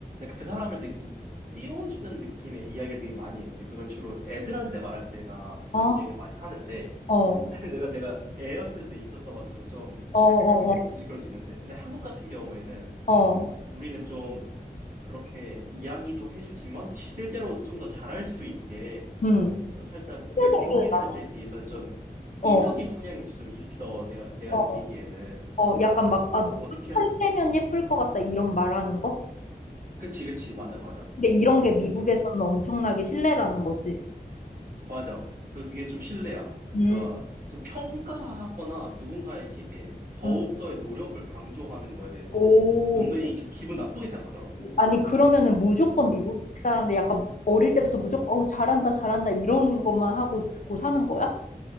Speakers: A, on the right; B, on the left.
A: 그 사람을 되게 좀 띄워주는 느낌의 이야기를 되게 많이 했는데 그걸 주로 애들한테 말할 때나
B: 아,
A: 이런 이야기를 많이 하는데
B: 어, 어,
A: <laughs> 내가 내가 애였을 때 있었어가지고 좀
B: 어,
A: 그게 기시걸 수 있는데 근데 한국 같은 경우에는
B: 어, 어.
A: 우리는 좀 그렇게 이야기도 해주지만 실제로 좀 더 잘할 수 있게
B: 응.
A: 좀 살짝
B: 피드백을
A: 외- 미국인들에
B: 많이,
A: 비해서는 좀
B: 어,
A: 희적인 성향이 좀 있어 내가 내가
B: 어,
A: 느끼기에는
B: 어, 약간 막,
A: 그래서
B: 아,
A: 어떻게 하-
B: 할 때면 예쁠 것 같다, 이런 말하는 거?
A: 그치 그치 맞아 맞아
B: 근데 이런 게 미국에서는
A: 음,
B: 엄청나게 신뢰라는 거지.
A: 맞아 그게 좀 신뢰야 그러니까
B: 음,
A: 좀 평가하거나 누군가에게 더욱더의
B: 음,
A: 노력을 강조하는 거에 대해서
B: 오,
A: 은근히 좀 기분 나쁘게 생각하더라고
B: 아니, 그러면은 무조건 미국 사람들 약간 어릴 때부터 무조건, 어, 잘한다, 잘한다, 이런 것만 하고 듣고 사는 거야?